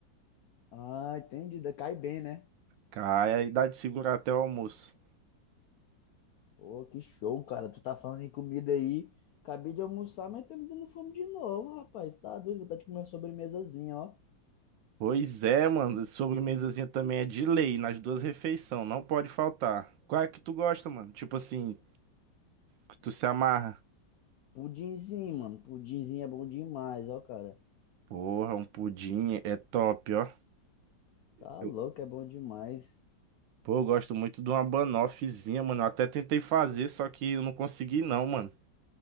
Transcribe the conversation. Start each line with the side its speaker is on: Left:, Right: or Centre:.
Left: Ah, entendi. Da- Cai bem, né?
Right: cai aí dá de segurar até o almoço.
Left: Pô, que show, cara. Tu tá falando em comida aí. Acabei de almoçar, mas tá me dando fome de novo, rapaz. Tá doido, vontade de comer uma sobremesazinha, ó.
Right: Pois é, mano. Sobremesazinha também é de lei nas duas refeições, não pode faltar. Qual é que tu gosta, mano? Tipo assim, que tu se amarra.
Left: Pudinzinho, mano. Pudinzinho é bom demais, ó, cara.
Right: Porra, um pudim é top, ó.
Left: Tá
Right: Eu-
Left: louco, é bom demais.
Right: pô, eu gosto muito de uma banoffzinha, mano. Eu até tentei fazer, só que eu não consegui não, mano.